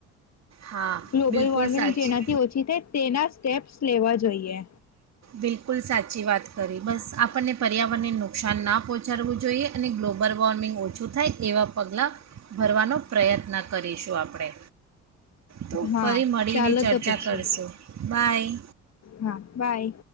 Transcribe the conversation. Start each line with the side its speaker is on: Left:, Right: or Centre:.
Right: હા
Left: ગ્લોબલ
Right: બિલકુલ
Left: વોર્મિંગ
Right: સાચી
Left: જેનાથી ઓછી થાય તેના સ્ટેપ્સ લેવા જોઈએ.
Right: બિલકુલ સાચી વાત કરી બસ આપણને પર્યાવરણને નુકસાન ના પહોંચાડવું જોઈએ અને ગ્લોબલ વોર્મિંગ ઓછું થાય એવાં પગલાં ભરવાનો પ્રયત્ન કરીશું આપણે તો
Left: હા
Right: ફરી મળીને
Left: ચાલો
Right: ચર્ચા
Left: તો પછી
Right: કરશું બાય
Left: હા બાય.